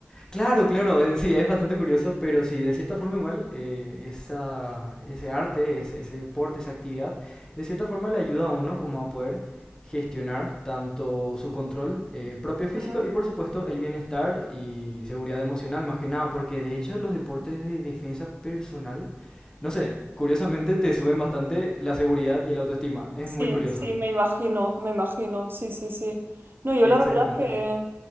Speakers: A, on the left (about 15°); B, on the right (about 50°).
A: Claro, claro, eh, sí, es bastante curioso, pero sí, de cierta forma igual eh, esa, ese arte, es- ese deporte, esa actividad, de cierta forma le ayuda a uno como a poder gestionar tanto su control eh, propio
B: Ujú.
A: físico y por supuesto el bienestar y seguridad emocional más que nada, porque de hecho los deportes de defensa personal, no sé, curiosamente te suben bastante la seguridad y el autoestima, es
B: Sí,
A: muy curioso.
B: sí, me imagino, me imagino, sí, sí, sí. No, yo
A: Exactamente.
B: la verdad que,